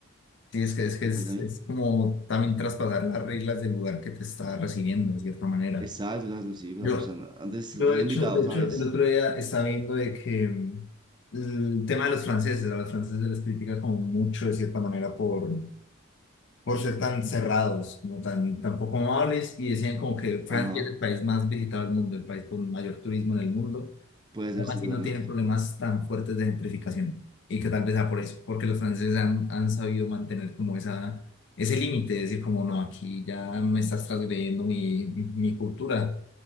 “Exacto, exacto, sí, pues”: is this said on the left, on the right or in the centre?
Right